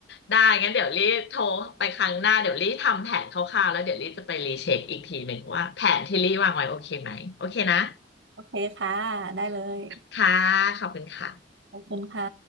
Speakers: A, on the left (about 60°); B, on the right (about 70°).
A: ได้งั้นเดี๋ยวรีโทรไปครั้งหน้าเดี๋ยวรีทำแผนคร่าวๆแล้วเดี๋ยวรีจะไปรีเช็คอีกทีหนึ่งว่าแผนที่รีวางไว้โอเคไหมโอเคนะ
B: โอเคค่ะได้เลย
A: ค่ะขอบคุณค่ะ
B: ขอบคุณค่ะ